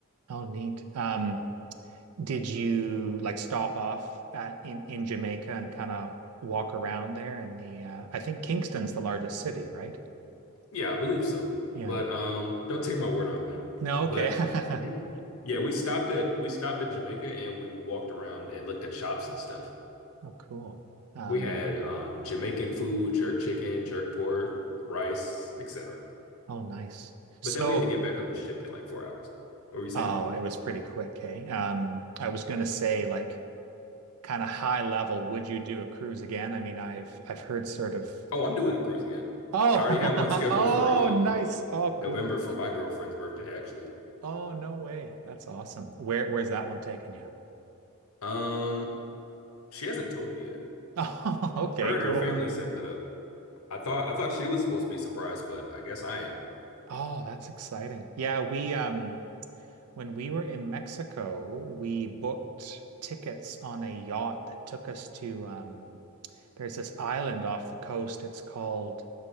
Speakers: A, on the right; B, on the left.
A: oh, neat. Um, did you like stop off at in in Jamaica and kind of walk around there in the uh, I think Kingston's the largest city, right?
B: Yeah, I believe so.
A: Yeah.
B: But um, don't take my word on that.
A: No, okay.
B: But
A: <laughs>
B: yeah, we stopped at we stopped at Jamaica and we walked around and looked at shops and stuff.
A: Oh, cool. Um,
B: We had um, Jamaican food, jerk chicken, jerk pork, rice, etc.
A: oh, nice. So,
B: But then we had to get back on the ship in like four hours. What were you saying?
A: oh, it was pretty quick, hey. Um, I was gonna say, like, kind of high level, would you do a cruise again? I mean, I've I've heard sort of.
B: Oh, I'm doing a cruise again.
A: Oh,
B: I already
A: <laughs>
B: have one scheduled
A: oh,
B: for um
A: nice. Oh, cool.
B: November for my girlfriend's birthday, actually.
A: Oh, no way. That's awesome. Where where's that one taking you? <laughs>
B: Um, she hasn't told me yet.
A: Oh, okay,
B: Her
A: cool.
B: and her family set that up. I thought I thought she was supposed to be surprised, but I guess I am.
A: Oh, that's exciting. Yeah, we um when we were in Mexico, we booked tickets on a yacht that took us to um There's this island off the coast. It's called